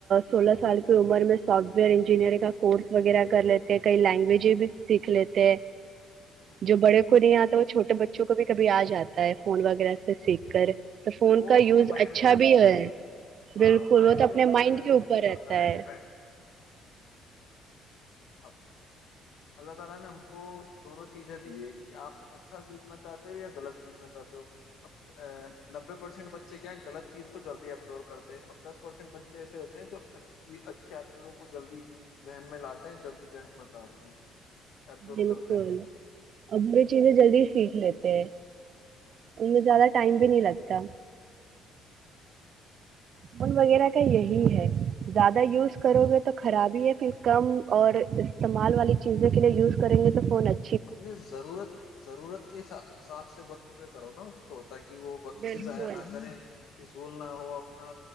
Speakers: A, on the right (about 45°); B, on the left (about 65°).
A: سولہ سال کی عمر میں سافٹ ویئر انجینئرنگ کا کورس وغیرہ کر لیتے ہیں کئی لینگویج بھی سیکھ لیتے ہیں جو بڑے کو نہیں آتا وہ چھوٹے بچوں کو بھی کبھی آ جاتا ہے فون وغیرہ سے سیکھ کر تو فون
B: وہ
A: کا
B: اپنے
A: یوز
B: مائنڈ
A: اچھا
B: کے
A: بھی ہے
B: ہاں
A: بالکل
B: مائنڈ
A: وہ تو اپنے
B: کے اوپر
A: مائنڈ کے اوپر
B: کرتا
A: رہتا
B: نا
A: ہے
B: ڈیپینڈ <unintelligible> جلدی ذہن متارتے ہیں ایبزرو
A: بالکل
B: کرتے ہیں
A: ا بری چیزیں جلدی سیکھ لیتے ان میں زیادہ ٹائم بھی نہیں لگتا فون وغیرہ کا یہی ہے زیادہ یوز کرو گے تو خرابی ہے پھر کم اور استعمال والی چیز لیےیوزیں گے تو فون اچھا
B: اپنے ضرورت ضرورت کے ساتھ ساتاب سے وقت پہ کرو نا اس کو تاکہ کہ وہ وقت
A: بالکل
B: بھی ضائع نہ کریں فضول نہ ہو اپنا